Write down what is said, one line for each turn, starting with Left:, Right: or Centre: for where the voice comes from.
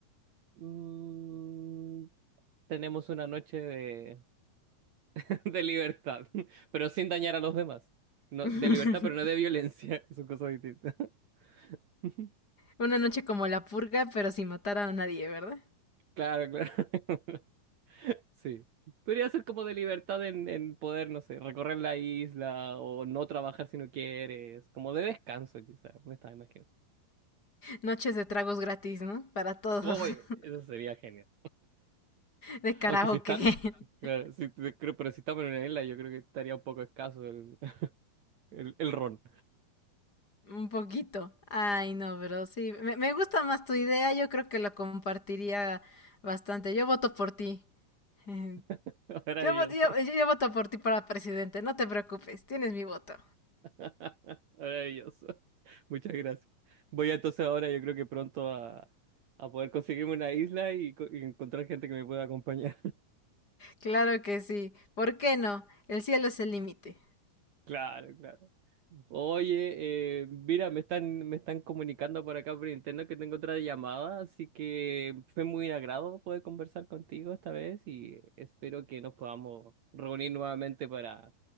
Right: mm, tenemos una noche de, <laughs> de libertad, <laughs> pero sin dañar a los demás. No,
Left: <laughs>
Right: de libertad, pero no de violencia, <laughs> son cosas distintas. <laughs>
Left: Una noche como la purga, pero sin matar a nadie, ¿verdad?
Right: Claro, claro. <laughs> Sí. Podría ser como de libertad en, en poder, no sé, recorrer la isla o no trabajar si no quieres, como de descanso quizás, me estaba imaginando.
Left: Noches de tragos gratis, ¿no? Para todos,
Right: Oye,
Left: <laughs>
Right: eso sería genial.
Left: de karaoke.
Right: Aunque si está,
Left: <laughs>
Right: claro, si, creo- pero si estamos en una isla, yo creo que estaría un poco escaso el, <laughs> el, el ron.
Left: Un poquito. Ay, no, pero sí. Me, me gusta más tu idea, yo creo que la compartiría bastante. Yo voto por ti. <laughs>
Right: <laughs> Maravilloso.
Left: Yo, vo- yo- yo- yo voto por ti para presidente, no te preocupes, tienes mi voto.
Right: <laughs> Maravilloso. Muchas gracias. Voy entonces ahora, yo creo que pronto a, a poder conseguirme una isla y, co- y encontrar gente que me pueda acompañar. <laughs>
Left: Claro que sí, ¿por qué no? El cielo es el límite.
Right: Claro, claro. Oye, eh, mira, me están, me están comunicando por acá por interno que tengo otra llamada, así que fue muy un agrado poder conversar contigo esta vez y espero que nos podamos reunir nuevamente para